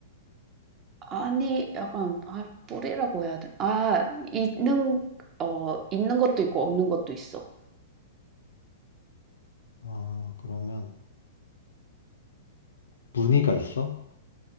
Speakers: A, on the right; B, on the left.
A: 아니, 약간, 아, 뿌리라고 해야 돼. 아, 있는, 어, 있는 것도 있고 없는 것도 있어.
B: 아, 그러면 무늬가 있어?